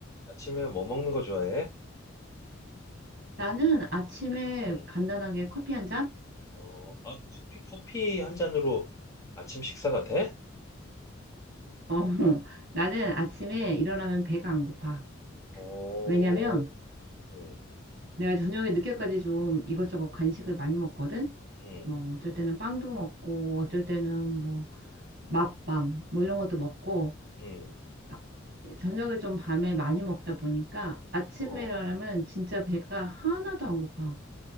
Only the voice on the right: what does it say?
나는 아침에
간단하게 커피 한 잔?
어, <laughs> 나는 아침에
일어나면 배가 안 고파.
왜냐면
내가 저녁에 늦게까지 좀 이것저것 간식을 많이 먹거든?
뭐 어쩔 때는 빵도 먹고 어쩔 때는 뭐 맛밤 뭐 이런 것도 먹고
바- 저녁을 좀 밤에 많이 먹다 보니까 아침에
일어나면 진짜 배가 하나도 안 고파.